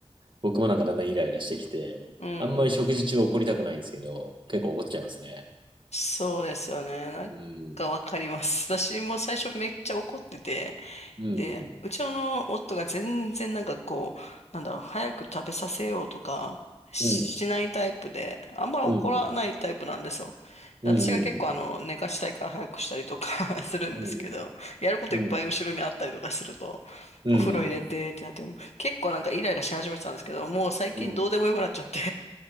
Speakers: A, on the right; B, on the left.
A: 僕もなんかだんだんイライラしてきて、
B: うん
A: あんまり食事中怒りたくないんですけど、結構怒っちゃいますね。
B: そうですよね。なんかわかります。
A: うん。
B: 私も最初めっちゃ怒ってて、
A: うん、
B: で、うちの夫が全然なんかこう、なんだろう、早く食べさせようとかしないタイプで、
A: うん、うん、
B: あんま怒らないタイプなんですよ。
A: うん、うん、
B: で私が結構あの、
A: うん、うん、
B: 寝かしたいから早くしたりとか <laughs> するんですけど、
A: うん、
B: やることいっぱい後ろにあったりとかすると、
A: うん、うん、うん、
B: お風呂入れてってなって、結構なんかイライラし始めてたんですけど、もう最近どうでもよくなっちゃって
A: うん、うん、